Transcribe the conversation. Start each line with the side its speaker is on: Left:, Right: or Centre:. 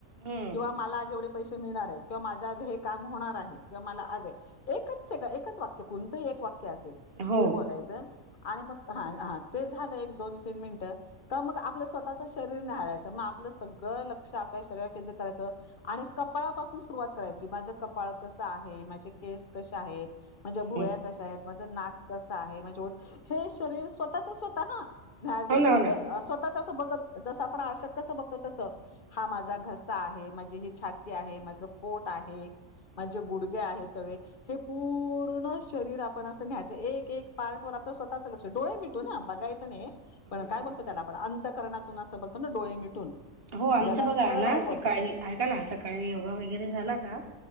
Right: हम्म
Left: किंवा मला जेवढे पैशे मिळणार आहेत किंवा माझं आज हे काम होणार आहे किंवा मला आज आहे एकच सेक एकच वाक्य कोणतही एक वाक्य असेल
Right: हो
Left: ते बोलायचं आणि मग हाय हा ते झालं एक दोन तीन मिनिटं. तव्हा मग आपलं स्वतःच शरीर नाही निहाळायचं म आपलं सगळं लक्ष आपल्या शरीरावर केंद्रित करायचं. आणि कपाळापासून सुरुवात करायची माझं कपाळ कसं आहे माझे केस कशे आहेत
Right: हम्म
Left: माझ्या भुव्या कशा आहेत माझं नाक कसं आहे म्हणजे ओठ हे शरीर स्वतःचा स्वत हा न्यास घ्यायचं
Right: हो ना हो
Left: म्हणजे
Right: ना
Left: स्वतःच असं बघत जसं आपण आरशात कसं बघतो तसं हा माझा
Right: हम्म
Left: घस सा आहे, माझी ही छाती आहे, माझं पोट आहे, माझे गुडगे आहे तवे हे पूर्ण शरीर आपण असं न्याहायचं एक एक पार्ट वर आपलं स्वतःच ल क्ष डोळे मिटून हा बघायचं नाही
Right: हम्म
Left: पण काय बोलतो त्याला आपण अंतकरणातून असं बोलतो ना डोळे मिटून.
Right: हो आमचं
Left: ज्याला
Right: बघा
Left: थर्ड
Right: ना
Left: आय बोलतात
Right: सकाळी ऐका ना सकाळी योगा वगैरे झाला का